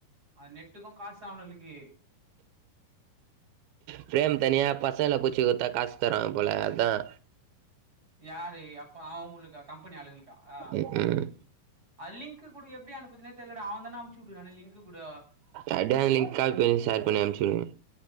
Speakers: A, on the right; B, on the right.
A: அ் நெட்டுக்கும் காசு ஆவணுகளுக்கு
B: பிரேம் தனியா பசல புச்சு குத்தா காசு தராங்க போல அதான்
A: யாரு அப்ப அவங்களுக்கா கம்பெனி ஆளுங்களுக்காஹ
B: ம் ம்
A: அல்லிங்க குடு எப்படி அனுப்புத்தன தெர்லடா அவன் தான் அ சடுடான்டா லிங்கு கூட
B: அப்டியே அந்த லிங்க் காப்பி பண்ணி ஷேர் பண்ணி அனுப்ச்சுடுங்க